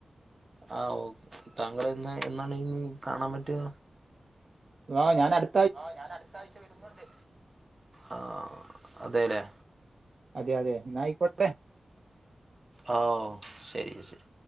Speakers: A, on the right (about 30°); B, on the right (about 55°).
A: ആ ഓ താങ്കളെന്ന് എന്നാണ്ഞ്ഞ് കാണാൻ പറ്റാ
B: ആഹ് ഞാൻ അട്
A: ആഹ് ഞാനട്ത്താഴ്ച വരുന്നുണ്ട് ആ അതെലേ
B: അതെയതെ ന്നായിക്കോട്ടേ.
A: ആ ഓഹ് ശരി ശരി